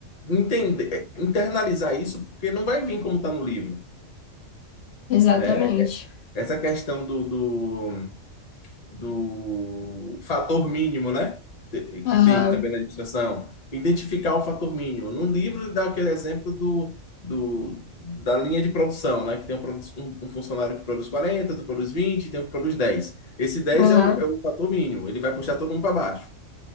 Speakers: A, on the left; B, on the left.
A: entender, internalizar isso, porque não vai vir como está no livro,
B: exatamente.
A: né? Essa questão do, do do fator mínimo, né? Te- Que
B: Aham,
A: tem também na administração. Identificar o fator mínimo. No livro ele dá aquele exemplo do, do, da linha de produção, né? Que tem um, produ- um- um funcionário que produz 40, outro produz 20, tem um que produz 10. Esse dez
B: aham,
A: é o, é o fator mínimo, ele vai puxar todo mundo para baixo